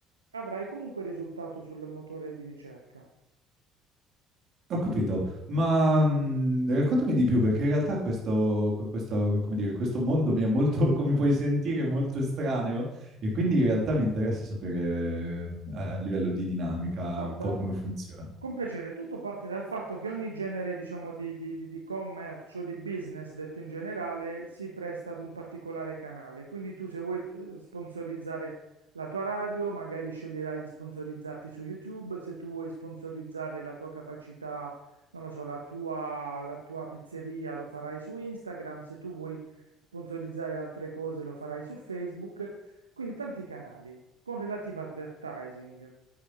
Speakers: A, on the right; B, on the right.
A: Avrai comunque risultato sul motore di ricerca.
B: Ho capito, ma mh, raccontami di più perché in realtà questo, que- questo, come dire, questo mondo mi è molto, <laughs> come puoi sentire, molto estraneo e quindi in realtà mi interessa sapere eh, a a livello di dinamica
A: Guarda,
B: un po' come funziona.
A: con piacere, tutto parte dal fatto che ogni genere, diciamo, di, di- di- di commercio, di business, detto in generale, si presta ad un particolare canale. Quindi tu se vuoi eh, sponsorizzare la tua radio, magari sceglierai di sponsorizzarti su YouTube, se tu vuoi sponsorizzare la tua capacità, non lo so, la tua, la tua pizzeria lo farai su Instagram, se tu vuoi sponsorizzare altre cose lo farai su Facebook, quindi tanti canali con relativo advertising.